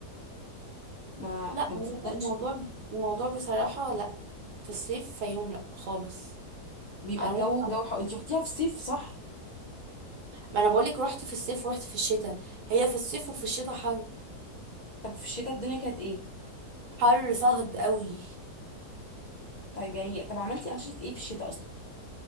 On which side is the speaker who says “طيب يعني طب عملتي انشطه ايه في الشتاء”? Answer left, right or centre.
Left